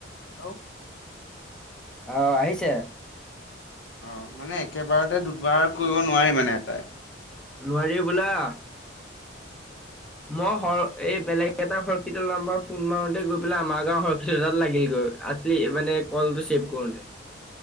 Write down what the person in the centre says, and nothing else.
অ, আহিছে
নোৱাৰি হ'বলা! মই <unintelligible> এই বেলেগ এটা <unintelligible> সেইটো নম্বৰত ফোন মাৰোতে গৈ পেলাই আমাৰ গাঁৱৰ <unintelligible> লাগিল গৈ। আজি, মানে কলটো ছেভ কৰোঁতে।